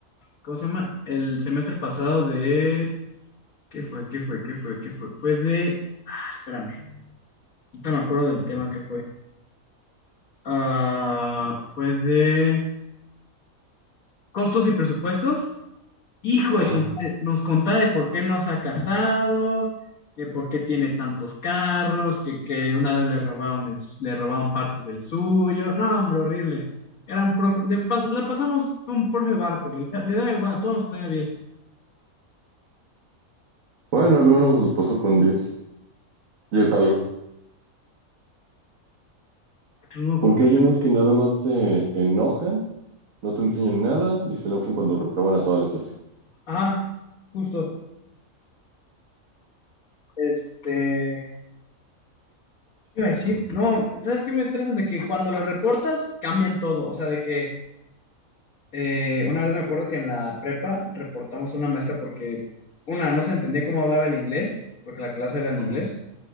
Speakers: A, on the left (about 75°); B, on the right (about 70°).
A: ¿cómo se llama? El semestre pasado de, ¿qué fue? ¿Qué fue? ¿Qué fue? ¿Qué fue? Fue de, ah, espérame, ahorita me acuerdo del tema que fue. Ah, fue de costos y presupuestos. Hijo de
B: ajá.
A: su madre, nos contaba de por qué no se ha casado, de por qué tiene tantos carros, que, que una vez le robaron, el- le robaron partes del suyo. No, hombre, horrible. Era un profe, de pas- la pasamos, fue un profe barco, le, da- le daba igual, a todos nos ponía diez.
B: Bueno, algunos los pasó con Dios y es algo.
A: No me acuerdo
B: Porque hay unos que nada más se enojan, no te enseñan nada y se enojan cuando reprueban a toda la clase.
A: Ajá, justo. Este, ¿qué iba a decir? No, ¿sabes qué me estresa? De que cuando lo reportas, cambian todo. O sea, de que Eh, una vez me acuerdo que en la prepa reportamos a una maestra porque, una, no se entendía cómo hablaba el inglés, porque la clase era en
B: Ujú.
A: inglés.